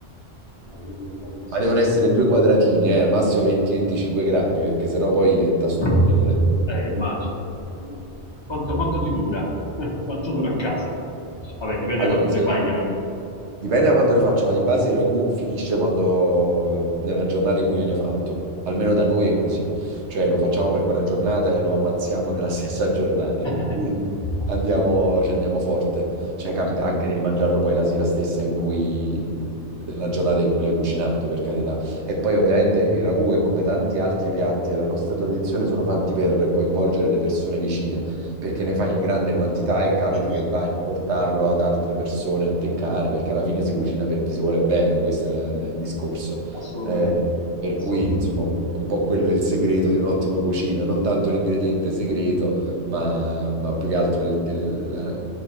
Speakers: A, on the left; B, on the right.
A: Eh, io devo fare questo
B: Ma devono
A: esperimento.
B: essere due quadratini, eh, al massimo 20-25 grammi, perché sennò poi diventa stucchevole.
A: Eh, immagino. immagino. Quanto, quanto ti dura? <laughs> quanto dura a casa? Vabbè, dipende
B: Allora,
A: quanto
B: se,
A: ne fai, chiaramente.
B: Dipende da quanto ne faccio, ma di base il ragù finisce quando, nella giornata in cui viene fatto. Almeno da noi è così. Cioè lo facciamo per quella giornata e lo ammazziamo nella <laughs> stessa giornata,
A: <laughs>
B: per cui andiamo, ci andiamo forte. Cioè
A: immagino
B: capita anche
A: il profumo.
B: di mangiarlo poi la sera stessa in cui, della giornata in cui l'hai cucinato, per carità. E poi ovviamente il ragù è come tanti altri piatti della nostra tradizione, sono fatti per coinvolgere le persone vicine perché ne fai in grande quantità e capita
A: Giusto,
B: che vai a portarlo ad altre persone a teccare, perché alla fine si cucina per chi si vuole bene, questo è la- la- il discorso.
A: assolutamente.
B: Eh, per
A: Assolutamente.
B: cui, insomma, un po' quello è il segreto di un'ottima cucina, non tanto l'ingrediente segreto, ma, ma più che altro il- il- la- la-